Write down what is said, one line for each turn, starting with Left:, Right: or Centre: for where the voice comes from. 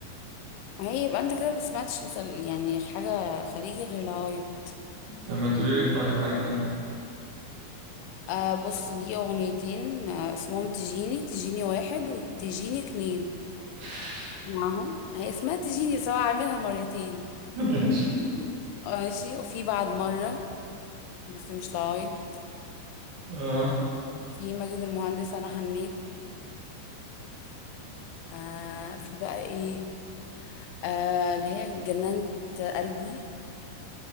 Left: ما هي يبقى انت كده ما سمعتش لخل... يعني حاجه خليجي غير العايض
Right: طب ما تقولي لي طيب حاجة تانية
Left: آه بص ليه اغنيتين آه اسمهم تجيني تجيني واحد وتجيني اتنين
Right: <laughs>
Left: معاهم هي اسمها تجيني سواء عاملها مرتين
Right: ماشي
Left: ماشي وفي بعد مرة بس مش لعايض
Right: اه
Left: في ماجد المهندس أنا حنيت آه في بقى إيه آه اللي هي جنانة قلبي